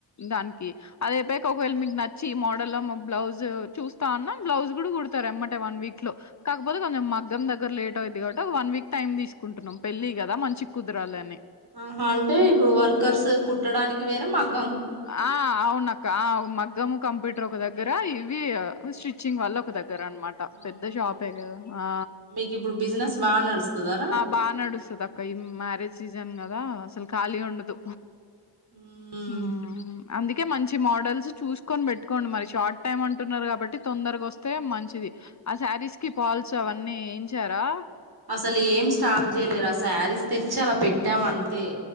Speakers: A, on the left (about 40°); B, on the right (about 55°).
A: దానికి అది అయితే కా ఒకవేళ మీకు నచ్చి మోడల్ బ్లౌజ్ చూస్తా ఉన్నా బ్లౌజ్ కూడా తార్ మ్మటే వన్ వీక్ లో కాకపోతే కొంచెం మగ్గం దగ్గర లేట్ అవుది కాబట్టి వన్ వీక్ టైమ్ తీసుకుంటున్నాం పెళ్లిి కదా మంచి కుదరాలిని
B: ఆహా అంటే ఇప్పుడు వర్కర్స్ కుట్టడానికి వేరే మగ్
A: ఆ అవున అక్క ఆ మగమ్ కంప్యూటర్ ఒక ఒకదగ్ దగ్గర ఇవి స్టిచ్చింగ్ వల్ల ఒక దగ్గ ర్ నమాట పెద్ద
B: ఆహా
A: షాపే
B: ఇ-
A: కదా
B: మీకు ఇప్పుడు బిజినెస్ బాగా నడుస్తదారా
A: బా నడుస్తుంది అక్క ఈ మ్యారేజ్ సి జన్ కదా అసలు ఖాళీ ఉండదు
B: హమ్
A: హ్మ్ అందుకే మంచి మోడల్స్ చూసుకొని పెట్టుకోండి మరి షార్ట్ టైమ్ అంటున్నారు కాబట్టి తొందరగా వస్తే మంచిది ఆ శారీస్ కి పాల్స్ అవన్నీ వయించారా
B: అసలు ఏం స్టార్ట్ చేయలేరా శారీస్ తెచ్చి అలా పెట్టాం అంతే